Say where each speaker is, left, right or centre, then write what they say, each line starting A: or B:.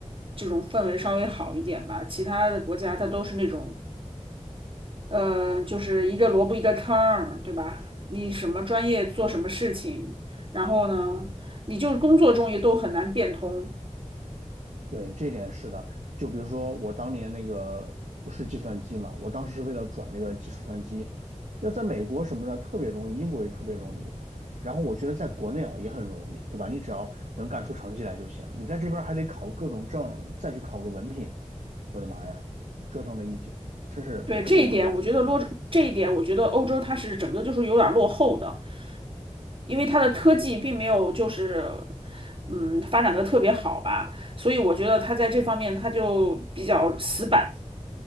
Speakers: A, on the right; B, on the right.
A: 这种氛围稍微好一点吧，其他的国家它都是那种，呃，就是一个萝卜一个坑儿，对吧？你什么专业做什么事情，然后呢，你就工作中也都很难变通。
B: 对，这点是的。就比如说我当年那个不是计算机嘛，我当时是为了转那个计数算机，要在美国什么的特别容易，英国也特别容易。然后我觉得在国内啊也很容易，对吧？你只要能干出成绩来就行。你在这边还得考各种证，再去考个文凭。我的妈呀，折腾了一宿，这是完全不一样。
A: 对这一点，我觉得落这一点，
B: 嗯
A: 我觉得欧洲它是整个就是有点儿落后的，因为它的科技并没有就是
B: 嗯
A: 嗯发展的特别好吧，所以我觉得它在这方面它就比较死板，